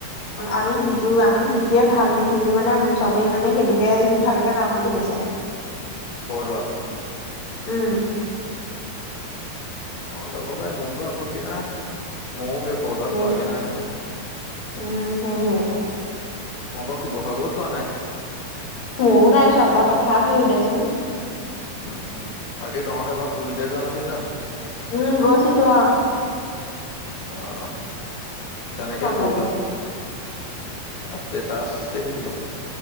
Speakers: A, on the left; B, on the left.
A: আমি যিটো, আমি যিটোয়ে ভাল দেখি, দেখিছিলো মানে চবেই মানে সেইটোকে, সেইফালকে যাম বুলি কৈছে।
B: বৰদুৱা।
A: উম,
B: অ, যাব পাৰে মোৰতো আপত্তি নাই, মইও, হৈ বৰদোৱা
A: সেইটোৱে
B: চোৱাগে নাই নহয়।
A: উম, সেইটোৱে
B: মই বাৰু শিৱসাগৰো চোৱা নাই।
A: ময়ও নাই চোৱা বাৰু তথাপিও দেচোন।
B: উম -উম বাকী তহঁত এবাৰ পুৰীতে যোৱা নাছিলি জানো?
A: উম, গৈছিলোঁ আৰু।
B: অহ, তেনেকে দল,
A: পালি
B: ষ্টেটাছ দেখিছিলো।